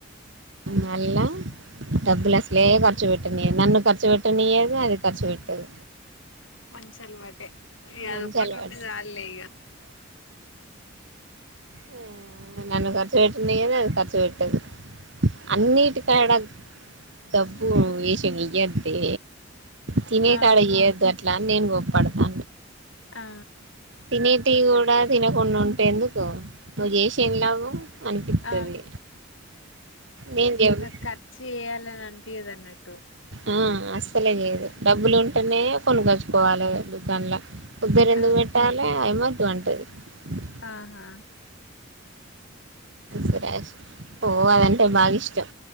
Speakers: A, on the right; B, on the left.
A: మల్ల డబ్బులు అసలే ఖర్చు పెట్టటినిదు నన్ను ఖర్చు పెట్టటినీయదు అది ఖర్చు పెట్టదు
B: మంచి అలవాటే ఇగ
A: మంచి
B: అది ఒక్కటి
A: అలవాటు
B: ఉంటే చాల్లే ఇగ
A: ఆ, నన్ను ఖర్చు పెట్టనియ్యదు అది ఖర్చు పెట్టది అన్నిటికడ డబ్బు వేష ఇయ్యదే తినే
B: ఆ
A: కాడ ఇయ్యొద్దు అట్లా అని నేను గప్పడతాను
B: ఆ
A: తినేటివి కూడ తినకుండా ఉంటే ఎందుకు నువ్వు చేసి <unintelligible> అనిపిస్తది
B: ఆ
A: నేను <unintelligible>
B: <unintelligible> చేయ్యాలీ అని అనిపియ్యదు అన్నట్టు
A: ఆ అస్సలే చేయదు డబ్బులు ఉంటేనే కొనుగచ్చుకోవాలి దుకాన్ల ఉద్దరు ఎందుకు
B: ఆ
A: పెట్టాలే <unintelligible>
B: ఆహా
A: సరాష్ పో పోవాలంటే బాగా ఇష్టం